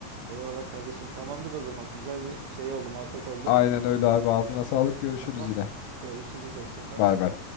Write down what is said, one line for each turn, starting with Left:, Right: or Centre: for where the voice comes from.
Right: eyvallah kardeşim tamamdır o zaman. Güzel bir şey oldu muhabbet oldu.
Left: Aynen öyle abi. Ağzına sağlık. Görüşürüz
Right: Tamam
Left: yine.
Right: görüşürüz hoşça kal.
Left: Bay bay.